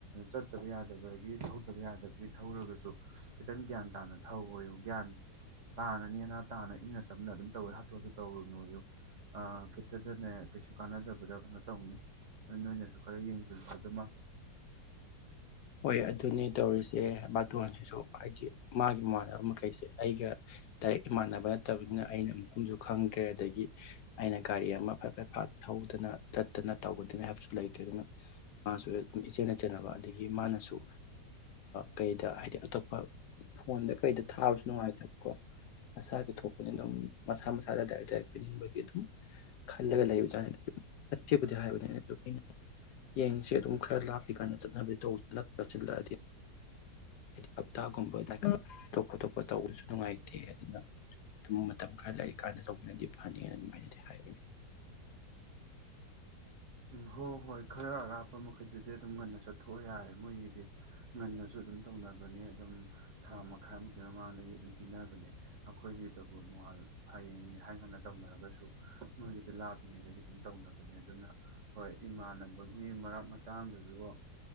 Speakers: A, on the right; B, on the left.
A: ꯆꯠꯇꯕ ꯌꯥꯗꯕꯒꯤ ꯊꯧꯗꯕ ꯌꯥꯗꯕꯒꯤ ꯊꯧꯔꯒꯁꯨ ꯈꯤꯇꯪ ꯒ꯭ꯌꯥꯟ ꯇꯥꯅ ꯊꯧ ꯑꯣꯏꯌꯣ ꯒ꯭ꯌꯥꯟ ꯇꯥꯅꯅꯦꯅ ꯇꯥꯅ ꯏꯪꯅ ꯇꯞꯅ ꯑꯗꯨꯝ ꯇꯧꯋꯦ ꯍꯥꯊꯨ ꯍꯥꯊꯨ ꯇꯧꯔꯨꯅꯨꯌꯣ ꯈꯤꯠꯇꯗꯅꯦ ꯀꯩꯁꯨ ꯀꯥꯟꯅꯗꯕꯗ ꯀꯩꯅꯣ ꯇꯧꯅꯤ ꯑꯗꯨ ꯅꯣꯏꯅꯁꯨ ꯈꯔ ꯌꯦꯡꯁꯤꯜꯂꯨ ꯑꯗꯨꯃ
B: ꯍꯣꯏ ꯑꯗꯨꯅꯦ ꯇꯧꯔꯤꯁꯦ ꯕꯥꯇꯣꯟꯁꯤꯁꯨ ꯍꯥꯏꯗꯤ ꯃꯥꯒꯤ ꯏꯃꯥꯟꯅꯕ ꯃꯈꯩꯁꯦ ꯑꯩꯒ ꯗꯥꯏꯔꯦꯛ ꯏꯃꯥꯟꯅꯕ ꯅꯠꯇꯕꯅꯤꯅ ꯑꯩꯅ ꯃꯨꯐꯝꯁꯨ ꯈꯪꯗ꯭ꯔꯦ ꯑꯗꯒꯤ ꯑꯩꯅ ꯒꯥꯔꯤ ꯑꯃ ꯐꯠ ꯐꯠ ꯐ ꯠꯊꯧꯗꯅ ꯆꯠꯇꯅ ꯇꯧꯒꯗꯅꯤ ꯍꯥꯏꯕꯁꯨ ꯂꯩꯇ꯭ꯔꯦ ꯑꯗꯨꯅ ꯃꯥꯁꯨ ꯑꯗꯨꯝ ꯏꯆꯦꯟꯅ ꯆꯩꯟꯅꯅꯕ ꯑꯗꯒꯤ ꯃꯥꯅꯁꯨ ꯀꯗ ꯍꯥꯏꯗꯤ ꯑꯇꯣꯞꯄ ꯐ ꯀꯩꯗ ꯊꯥꯕꯁꯨ ꯅꯨꯡꯉꯥꯏꯇꯕꯀꯣ ꯃꯁꯥꯒꯤ ꯊꯣꯛꯄꯅꯤ ꯑꯗꯨꯝ ꯃꯁꯥ ꯃꯁꯥꯗ ꯗꯥꯏꯔꯦꯛ ꯗꯥꯏꯔꯦꯛ ꯄꯤꯁꯤꯟꯕꯒꯤ ꯑꯗꯨꯝ ꯈꯜꯂꯒ ꯂꯩꯕꯖꯥꯠꯅꯤꯗꯤ ꯍꯥꯏꯕꯅꯤ ꯑꯗꯨ ꯑꯩꯅ ꯌꯦꯡꯁꯤ ꯑꯗꯨꯝ ꯈꯔ ꯂꯥꯞꯄꯤ ꯀꯥꯟꯅ ꯆꯠꯅꯕ ꯑꯣꯖꯅ ꯇꯁꯤꯜꯗꯥꯗ ꯍꯞꯇꯒꯨꯝꯕ ꯇꯣꯞ ꯈꯣꯇꯣꯞꯄ ꯇꯧꯕꯁꯨ ꯅꯨꯡꯉꯥꯏꯇꯦ ꯑꯗꯨꯅ ꯑꯗꯨꯝ ꯃꯇꯝ ꯈꯔ ꯂꯩ ꯀꯥꯟꯗ ꯇꯧꯕꯅꯗꯤ ꯐꯅꯤꯅ ꯑꯗꯨꯃꯥꯏꯅꯗꯤ ꯍꯥꯏꯕꯅꯤ
A: ꯎꯝ ꯍꯣꯏ ꯍꯣꯏ ꯈꯔ ꯑꯔꯥꯞꯄ ꯃꯈꯩꯗꯨꯗꯤ ꯑꯗꯨꯝ ꯉꯟꯅ ꯆꯠꯊꯣꯛꯑ ꯌꯥꯔꯦ ꯃꯣꯏꯒꯤꯗꯤ ꯉꯟꯅꯁꯨ ꯑꯗꯨꯝ ꯇꯧꯅꯕꯅꯤ ꯑꯗꯨꯝ ꯊꯥ ꯃꯈꯥꯏꯃꯨꯛꯀꯤ ꯃꯃꯥꯡꯗꯒꯤ ꯑꯗꯨꯝ ꯄꯤꯅꯕꯅꯦ ꯑꯩꯈꯣꯏꯒꯤꯗꯕꯨ ꯅꯣꯡꯉ ꯍꯌꯦꯡꯅꯤ ꯍꯥꯏ ꯀꯥꯟꯗ ꯇꯧꯅꯔꯒꯁꯨ ꯃꯣꯏꯒꯤꯗ ꯂꯥꯞꯄꯤꯉꯩꯗꯒꯤ ꯑꯗꯨꯝ ꯇꯧꯅꯕꯅꯦ ꯑꯗꯨꯅ ꯍꯣꯏ ꯏꯃꯥꯟꯅꯕꯒꯤ ꯃꯔꯛ ꯃꯇꯥꯡꯗꯨꯁꯨ